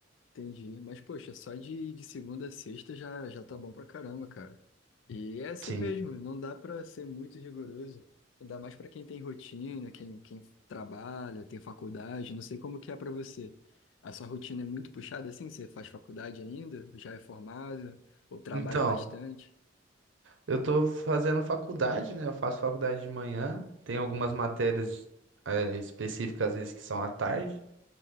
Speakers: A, on the left; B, on the right.
A: Entendi. Mas, poxa, só de, de segunda a sexta já, já tá bom pra caramba, cara. E é assim
B: Sim.
A: mesmo, não dá pra ser muito rigoroso. Dá mais pra quem tem rotina, quem, quem trabalha, tem faculdade. Não sei como que é pra você. A sua rotina é muito puxada assim? Você faz faculdade ainda? Já é formado? Ou trabalha
B: Então,
A: bastante?
B: eu tô fazendo faculdade, né? Eu faço faculdade de manhã. Tem algumas matérias, é, específicas, às vezes, que são à tarde.